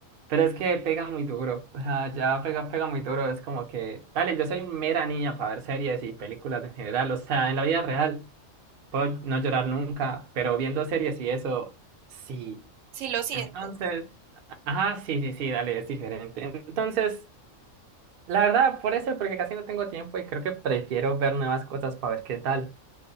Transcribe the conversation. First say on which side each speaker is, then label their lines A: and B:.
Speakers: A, on the right; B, on the right.
A: pero es que pega muy duro. O sea, ya pega, pega muy duro. Es como que, dale, yo soy mera niña para ver series y películas en general, o sea, en la vida real. Puedo no llorar nunca, pero viendo series y eso, sí.
B: Si lo sientes.
A: Entonces, ajá, sí, sí, sí, dale, es diferente. Entonces, la verdad, por eso, porque casi no tengo tiempo y creo que prefiero ver nuevas cosas para ver qué tal.